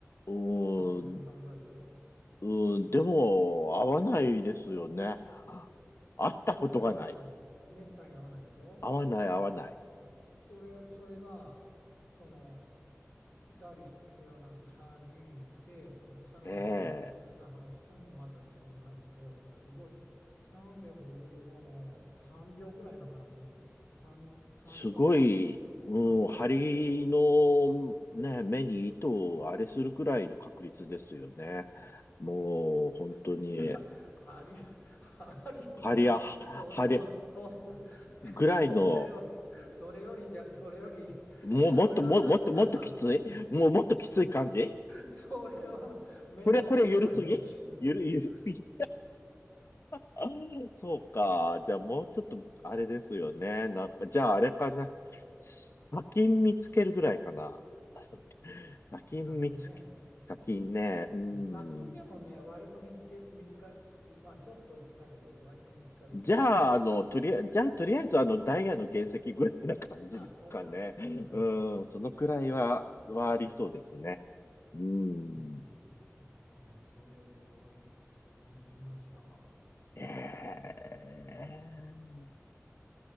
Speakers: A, on the left; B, on the left.
A: う
B: 単純に考えて。
A: ーん、うーん、でも、合わないですよね。会ったことがない。
B: めったに会わない、めったに会わないでしょ
A: 合わない、合わない。
B: それ、それがその2人ではなく3人いてでさらにその話をした話ともまたにそうなるとすごい365の3乗ぐらいの話に3、
A: ええ、
B: 3乗か
A: すごい、うん、
B: 3乗の
A: 針の、ね、目に糸をあれするくらいの確率ですよね。もう、本当に、
B: <laughs> いや針、針に糸を通す、
A: 針や、針
B: 通すってそれはそれよりじゃそれよりそれは大した
A: ぐらいの、もう、もっと、も、もっと、もっときついもう、もっときつい感じ
B: それは目を細めたらできるような気が。
A: これ、これ、ゆるすぎゆる、ゆるすぎ <laughs> そうか。じゃあもうちょっと、あれですよね。な、じゃああれかな。砂金見つけるぐらいかな。<laughs> 砂金見つけ、
B: 砂金ね。
A: 砂金ね。う
B: うん、砂金でもね、
A: ん。
B: 割と見つけ、見つかる、まあちょっとだけど、割と見つかるよね。
A: じゃあ、あの、
B: あ、
A: とりあえず、じゃあ、とりあえず、あの、ダイヤの原石ぐらいな感じですかね。
B: <laughs> あ、それはちょっとね、
A: うん、
B: 難しい。
A: そのくらいは、はありそうですね。うん。
B: うん、ちょっとね、それは驚きましたわ。
A: ええ
B: うん。